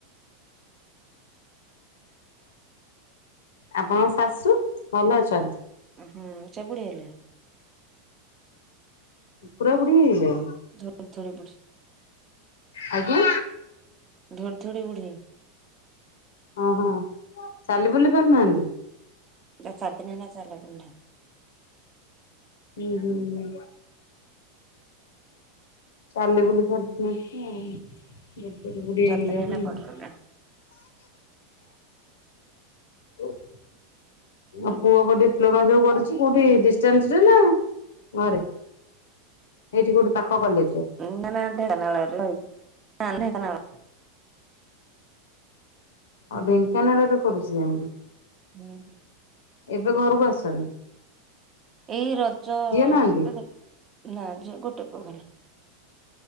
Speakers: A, on the left; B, on the right.
A: ଆପଣଙ୍କ ଶାଶୁ ଭଲ ଅଛନ୍ତ?
B: ଓହୋ <unintelligible>
A: ପୁରା ବୁଢି ହେଇଗଲେଣି?
B: ଧୁଡ୍ ଧୁଡ୍ ବୁଢି
A: ଆଜ୍ଞା
B: ଧୁଡି ଧୁଡି ବୁଢି।
A: ଓହୋ ଚାଲି ବୁଲି ପାରୁନାହାନ୍ତି?
B: ଏ ଚାରି ଦିନ ହେଲା ଚାଲା ବୁଲ୍ ନାହିଁ।
A: ହୁଁ ହୁଁ। ଚାଲି ବୁଲି ପାରୁନାହାନ୍ତି ଆଉ। ବୁଡି
B: ଚାରି
A: ହେଇଗଲେଣି।
B: ଦିନ ହେଲା ପଡିଲା
A: <unintelligible> ଆଉ ପୁଅ ପା ଡିପ୍ଲୋମା ଯୋଉ କରୁଚି କୋଉଠି ଡିଷ୍ଟାନ୍ସ ରେ ନା ଘରେ ଏଇଠି କୋଉଠି ପାଖ କଲେଜରେ।
B: ଏ ନା ନା ଢେଖନାଳରେ ରହିବୁ ନା ଢେଙ୍କାନାଳ <inaudible>
A: ଓ ଢେଙ୍କାନାଳରେ କରୁଚି ଯାଇଁକି
B: ହୁଁ
A: ଏବେ ଘରକୁ ଆସଚନ୍ତି।
B: ଏଇ ରଜ
A: ନାହାନ୍ତି
B: ପରେ। ନା ଜ ଗୋଟେ ପରେ।